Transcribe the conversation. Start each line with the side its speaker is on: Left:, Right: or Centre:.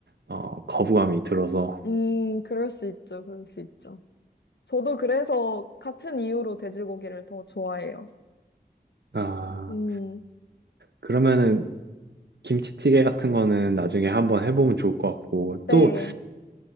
Right: 어, 거부감이 들어서.
Left: 음, 그럴 수 있죠. 그럴 수 있죠. 저도 그래서 같은 이유로 돼지고기를 더 좋아해요.
Right: 아,
Left: 음,
Right: 그러면은 김치찌개 같은 거는 나중에 한번 해보면 좋을 것 같고,
Left: 네.
Right: 또